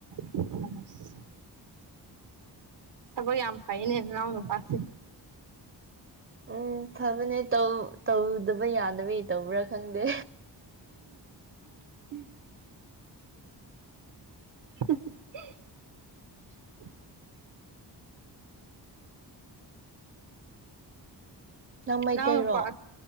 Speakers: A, on the right (about 80°); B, on the right (about 30°).
A: ꯑꯝ ꯊꯕꯛ ꯌꯥꯝ ꯐꯩꯅꯦ ꯅꯅꯥꯎ ꯅꯨꯄꯥꯁꯦ
B: ꯎꯝ ꯐꯕꯅꯦ ꯇꯧ ꯇꯧꯗꯕ ꯌꯥꯗꯕꯒꯤ ꯇꯧꯕ꯭ꯔꯥ ꯈꯪꯗꯦ
A: <inaudible> <inaudible>
B: ꯅꯪ ꯃꯩꯇꯩꯔꯣ
A: ꯅꯅꯥꯎ ꯅꯨꯄꯥ